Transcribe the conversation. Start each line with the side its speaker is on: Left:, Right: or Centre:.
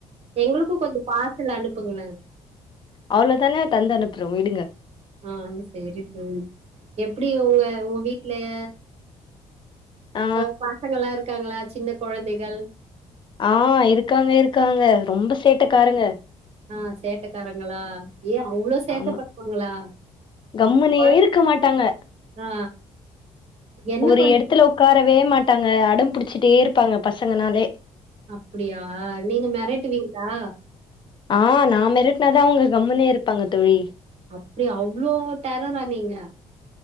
Right: எங்ளுக்கு கொஞ்சொ பார்சல் அனுப்புங்ளே
Left: அவ்ளோதானெ தந்தனுப்றோ விடுங்க
Right: ஆ சேரி தோழி எப்டி உங்க உங்க வீட்லெய
Left: ஆ
Right: அ பசங்கல்லா இருக்காங்களா சின்ன கொழந்தைகள்
Left: ஆஹ் இருக்காங்க இருக்காங்க ரொம்ப சேட்டக்காரங்க
Right: ஆ சேட்டக்காரங்களா ஏ அவ்ளோ சேட்ட
Left: ஆமா
Right: பண்ணுவாங்களா
Left: கம்முனே
Right: குழந்தை-
Left: இருக்க மாட்டாங்க
Right: ஆ என்ன
Left: ஒரு
Right: பண்ணு
Left: எடத்துல உக் உக்காரவே மாட்டாங்க அ அடம்புடிச்சிட்டே இருப்பாங்க பஸ் சங்கனாலே
Right: அப்டியா நீங்க மெரட்டுவிங்ளா
Left: ஆஹ் நா மெரட்னாதா அவங்க கம்முனே இருப்பாங்க தோழி
Right: அப்டியா அவ்ளோ டெரரா நீங்க